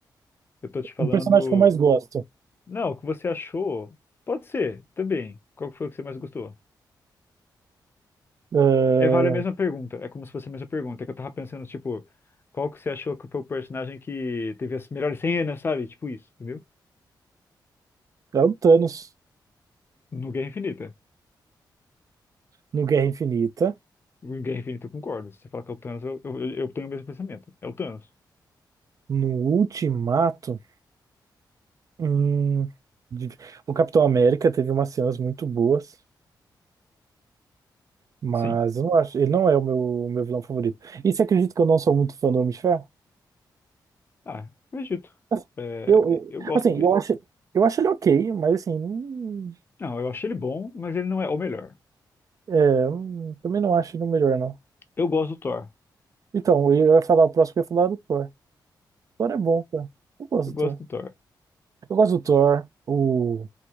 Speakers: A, on the left (about 30°); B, on the right (about 45°).
A: Eu tô te falando.
B: Um personagem que eu mais gosto
A: Não, o que você achou? Pode ser, também. Qual que foi que você mais gostou?
B: ah,
A: É, vale a mesma pergunta. É como se fosse a mesma pergunta. É que eu tava pensando, tipo, qual que você achou que foi o personagem que teve as melhores cenas, sabe? Tipo isso, entendeu?
B: é o Thanos
A: No Guerra Infinita.
B: no Guerra Infinita,
A: No Guerra Infinita eu concordo. Se você falar que é o Thanos, eu, eu, eu tenho o mesmo pensamento. É o Thanos.
B: no Ultimato. hum, de- o Capitão América teve umas cenas muito boas, mas
A: Sim.
B: eu não acho, ele não é o meu, o meu vilão favorito. E você acredita que eu não sou muito fã do Homem de Ferro?
A: Ah, acredito.
B: Assim,
A: É,
B: Eu, eu-
A: eu gosto
B: assim,
A: dele.
B: eu acho, eu acho ele ok, mas assim,
A: Não, eu achei ele bom, mas ele não é o melhor.
B: É, eu não- também não acho ele o melhor, não.
A: Eu gosto do Thor.
B: Então, eu ia falar o próximo, eu ia falar é do Thor. Thor é bom, cara. Eu gosto
A: Eu
B: do
A: gosto
B: Thor.
A: do Thor.
B: Eu gosto do Thor. O...